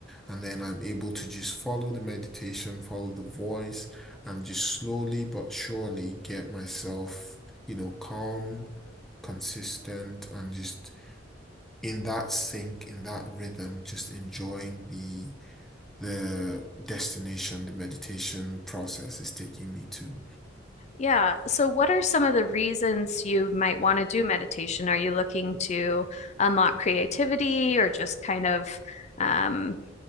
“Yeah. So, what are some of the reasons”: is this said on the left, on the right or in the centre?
Left